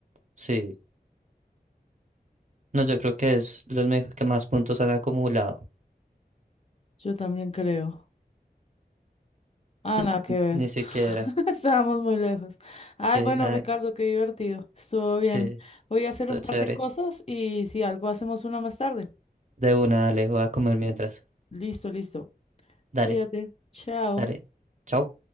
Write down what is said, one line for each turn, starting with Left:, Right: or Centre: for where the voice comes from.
Right: Sí, no, yo creo que es los me- que más puntos han acumulado.
Left: Yo también creo. Ah,
Right: <laughs>
Left: nada que ver.
Right: Ni siquiera.
Left: <laughs> Estábamos muy lejos. Ay,
Right: Sí,
Left: bueno,
Right: nada.
Left: Ricardo, qué divertido. Estuvo bien.
Right: Sí,
Left: Voy a hacer
Right: todo
Left: un par
Right: chévere.
Left: de cosas y si algo hacemos una más tarde.
Right: De una, dale, voy a comer mientras.
Left: Listo, listo.
Right: Dale,
Left: Cuídate. Chao.
Right: dale. Chao.